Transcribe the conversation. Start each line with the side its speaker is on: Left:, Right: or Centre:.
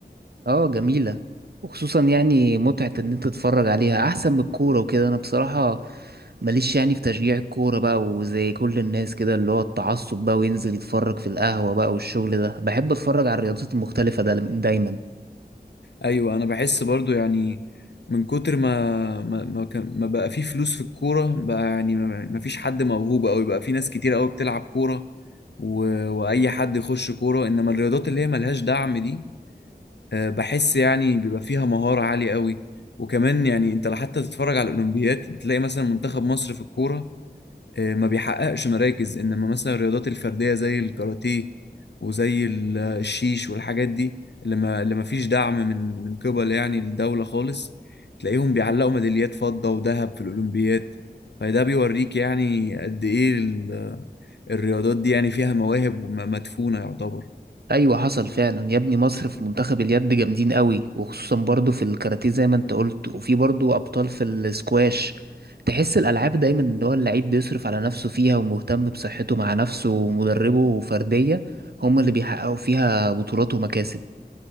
Right: اه جميلة وخصوصا يعني متعة ان انت تتفرج عليها احسن من الكورة وكده انا بصراحة ماليش يعني في تشجيع الكورة بقى وزي كل الناس كده اللي هو التعصب بقى وينزل يتفرج في القهوة بقى والشغل ده بحب اتفرج على الرياضات المختلفة ده دايما
Left: ايوه انا بحس برضو يعني من كتر ما ما ما, كان ما بقى في فلوس في الكورة بقى يعني ما ما فيش حد موهوب أوي بقى في ناس كتير أوي بتلعب كورة و... وأي حد يخش كورة إنما الرياضات اللي هي ملهاش دعم دي آه، بحس يعني بيبقى فيها مهارة عالية أوي وكمان يعني أنت حتى تتفرج على الأولمبياد تلاقي مثلا منتخب مصر في الكورة آه، ما بيحققش مراكز انما مثلا الرياضات الفرديه زي الكاراتيه وزي ال- الشيش والحاجات دي اللي ما اللي ما فيش دعم من من قبل يعني الدوله خالص تلاقيهم بيعلقوا ميداليات فضه وذهب في الاولمبياد فده بيوريك يعني قد ايه ال- الرياضات دي يعني فيها مواهب وم- مدفونه يعتبر
Right: ايوه حصل فعلا يا ابني مصر في منتخب اليد جامدين قوي وخصوصا برضو في الكاراتيه زي ما انت قلت وفي برضو ابطال في السكواش تحس الالعاب دايما ان هو اللعيب بيصرف على نفسه فيها ومهتم بصحته مع نفسه ومدربه وفرديه هما اللي بيحققوا فيها بطولات ومكاسب